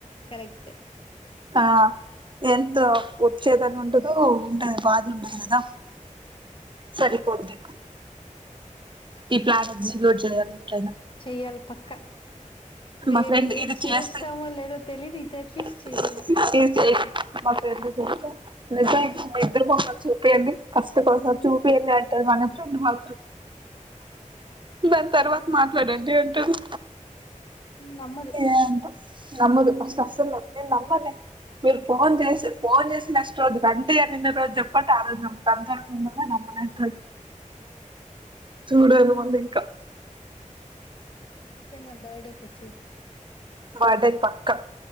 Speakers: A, on the left; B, on the right.
A: కరెక్ట్
B: ఆ ఎంతో ఉచ్చేదన ఉండదు ఉంటది బాధ ఉండదు కదా సరిపోంది ఇప్పు క్యారెట్జి రోడ్లు ఏయ్యాలి ఎటైనా
A: చెయ్యాలి పక్క వేరే
B: మా ఫ్రెండ్
A: ఏది
B: ఇది
A: చేస్తామో
B: చేస్తే
A: లేదో తెలియదు ఇది అట్లీస్ట్
B: <unintelligible>
A: చెయ్యాల
B: మా ఫ్రెండ్స్ కి చెప్తే నిజం మా ఇద్దరికి ఒకసారి చూపియండి ఫస్ట్ కోసం చూపియండి అం అంటాది మా ఫ్రెండ్ మాత్రం దాని తర్వాత మాట్లాడండి అంటుంది
A: నమ్మద్
B: ఏంటో నమ్మదు అస్సలస్సలు నమ్మదు నేను నమ్మనే మీరు ఫోన్ చేసి ఫోన్ చేసి నెక్స్ట్ రోజు రండి అని నిన్న రోజు చెప్పట ఆ రోజే నమ్ తందొరకుంటద నమ్మ నాటు చూడాలి ముందింకా
A: అయితే నా బర్డేకి ఒచ్చాయ్
B: బర్డేకి పక్కా